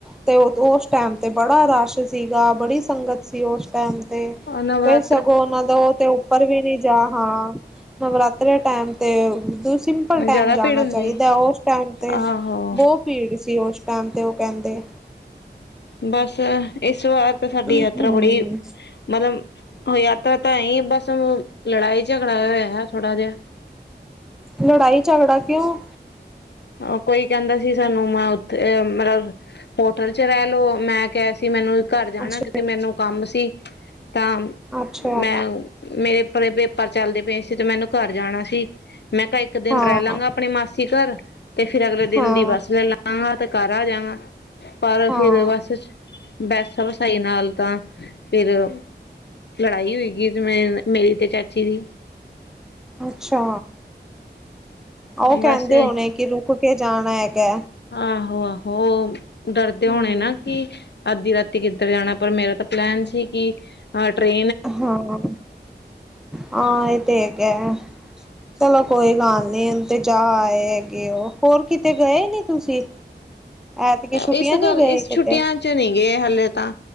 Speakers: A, in the centre; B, on the left (about 75°).
A: ਤੇ ਉਸ ਟਾਈਮ ਤੇ ਬੜਾ ਰਸ਼ ਸੀਗਾ, ਬੜੀ ਸੰਗਤ ਸੀ ਉਸ ਟੈਮ ਤੇ।
B: ਨਵਰਾ
A: ਫਿਰ ਸਗੋਂ ਉਹਨਾਂ ਦਾ ਤੇ ਉੱਪਰ ਵੀ ਨੀ ਜਾ, ਹਾਂ। ਨਵਰਾਤਰਿਆਂ ਟੈਮ ਤੇ ਦ ਸਿੰਪਲ ਟੈਮ
B: ਜ਼ਿਆਦਾ
A: ਜਾਣਾ
B: ਭੀੜ ਹੁੰਦੀ
A: ਚਾਹੀਦਾ,
B: ਏ?
A: ਓਸ ਟੈਮ ਤੇ
B: ਆਹੋ,
A: ਬਹੁ ਭੀੜ ਸੀ, ਓਸ ਟੈਮ ਤੇ ਉਹ ਕਹਿੰਦੇ।
B: ਬਸ, ਇਸ ਵਾਰ ਤਾਂ ਸਾਡੀ
A: ਹਮ
B: ਯਾਤਰਾ ਬੜੀ, ਮਤਲਬ ਯਾਤਰਾ ਤਾਂ ਐਂ ਈ ਬਸ ਲੜਾਈ ਝਗੜਾ ਹੋਇਆ ਥੋੜਾ ਜਿਹਾ।
A: ਲੜਾਈ ਝਗੜਾ ਕਿਉਂ
B: ਹਾਂ, ਕੋਈ ਕਹਿੰਦਾ ਸੀ ਸਾਨੂੰ, ਮੈਂ ਉੱਥੇ ਮਤਲਬ ਹੋਟਲ ਚ ਰਹਿ ਲੋ, ਮੈਂ ਕਿਹਾ ਸੀ ਮੈਨੂੰ ਘਰ ਜਾਣਾ,
A: ਅੱਛਾ
B: ਕਿਉਂਕਿ ਮੈਨੂੰ ਕੰਮ ਸੀ, ਤਾਂ
A: ਅੱਛਾ
B: ਮੈਂ ਮੇਰੇ ਪਰ ਪੇਪਰ ਚੱਲਦੇ ਪਏ ਸੀ, ਤੇ ਮੈਨੂੰ ਘਰ ਜਾਣਾ ਸੀ, ਮੈਂ ਕਿਹਾ ਇੱਕ ਦਿਨ
A: ਹਾਂ
B: ਰਹਿ ਲਾਂਗਾ, ਆਪਣੇ ਮਾਸੀ ਘਰ। ਤੇ ਫਿਰ ਅਗਲੇ ਦਿਨ
A: ਹਾਂ
B: ਦੀ ਬੱਸ ਲੈ ਲਾਂਗਾ, ਤੇ ਘਰ ਆ ਜਾਂਗਾ, ਪਰ
A: ਹਾਂ
B: ਫਿਰ ਬੱਸ ਚ ਬੈਸਾ ਵਸਾਈ ਨਾਲ ਤਾਂ ਫਿਰ ਲੜਾਈ ਹੋਏਗੀ, ਜਿਵੇਂ ਮੇਰੀ ਤੇ ਚਾਚੀ ਦੀ।
A: ਅੱਛਾ, ਉਹ ਕਹਿੰਦੇ
B: ਬਸ
A: ਹੋਣੇ, ਕਿ ਰੁਕ ਕੇ ਜਾਣਾ ਹੈਗਾ।
B: ਆਹੋ- ਆਹੋ ਡਰਦੇ
A: ਹਮ
B: ਹੋਣੇ ਨਾ ਕਿ ਅੱਧੀ ਰਾਤੀ ਕਿੱਧਰ ਜਾਣਾ, ਪਰ ਮੇਰਾ ਤਾਂ ਪਲੈਨ ਸੀ ਕਿ ਆਹ ਟ੍ਰੇ
A: ਹਾਂ, ਹਾਂ ਇਹ ਤੇ ਹੈਗਾ। ਚਲੋਂ ਕੋਈ ਗੱਲ ਨੀ, ਹੁਣ ਤੇ ਜਾ ਆਏ ਹੈਗੇ ਉਹ, ਹੋਰ ਕਿਤੇ ਗਏ ਨੀ ਤੁਸੀਂ। ਐਤਕੀ ਛੁੱਟੀਆਂ
B: ਇਸ
A: ਨੀ
B: ਗੱਲ
A: ਗਏ
B: ਇਸ
A: ਕਿਤੇ।
B: ਛੁੱਟੀਆਂ ਚ ਨੀ ਗਏ ਹਲੇ ਤਾਂ,